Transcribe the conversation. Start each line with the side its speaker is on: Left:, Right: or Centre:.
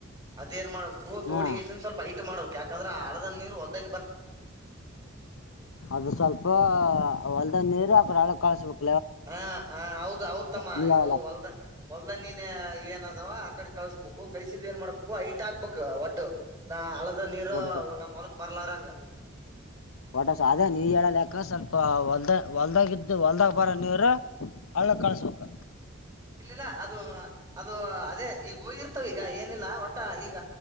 Right: ಅದೇಏನ್ ಮಾಡ ಹೂ್
Left: ಹಾ
Right: ತೋಿಗೆೇಶಸನ್ ಸ್ವಲ್ ಐಟ್ ಮಾಡಬೇಕ ಯಾಕಂದ್ರ ಆ ಹಾಳಾದ ಆದ ನೀರು ಹೊಲ್ದೇ
Left: ಅದು ಸ್ವಲ್ಪ ಹೊಲ್ದಗ ನೀರು ಆಕಡೆ ಹಳ್ಳಗ್ ಕಳಸ್ಬೇಕ.
Right: ಹಾ ಹ ಹೌದು ಹೌತಮ್ಮ
Left: ನೀ ಹೇಳಲ್ಲ
Right: ಇದು ಹೊಲ್ದ ಹೊಲ್ದ ನೀನ್ ಏನದಾವ ಆ ಕಡೆ ಕಳ್ಸ್ಬೇಕು ಕಳಸಿದ್ ಏನ್ ಮಾಡ್ಬೇಕು ಐಟ್ ಆ ಬೇಕ್ ಒಡ್ಡು ನಾ ಹಳದ ನೀರು
Left: ಒಟ್ಟ
Right: ನಮ್ಮ್ ಹೊಲಕ್ ಬರ್ಲಾರಂಗ.
Left: ಒಟ್ಟ ಸಾದಾ ನೀ ಹೇಳ ಲೆಕ್ಕ ಸ್ವಲ್ಪ ಹೊಲ್ದ ಹೊಲ್ದಾಗ್ಇದ್ದ ಹೊಲ್ದಾಗ ಬರ ನೀರ ಹಳ್ಳಕ್ ಖಲ್ಸ್ಬೇಕ್.
Right: ಇಲ್ಲಿಲ್ಲ ಅದು ಅದು ಅದೇ ಈಗ ಹೋಗಿರ್ತವ ಈಗ ಏನಿಲ್ಲ ಒಟ್ಟ ಈಗ